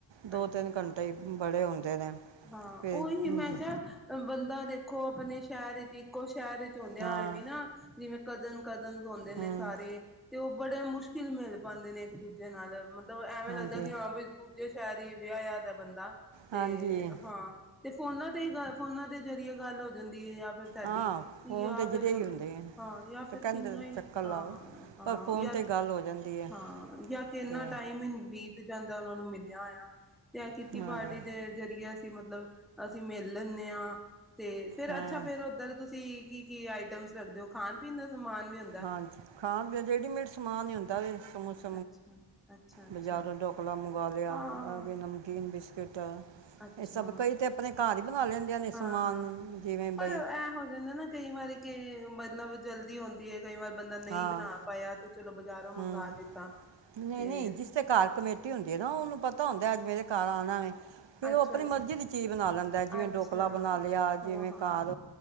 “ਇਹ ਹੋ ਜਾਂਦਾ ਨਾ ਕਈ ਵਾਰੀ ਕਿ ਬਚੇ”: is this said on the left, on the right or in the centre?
Centre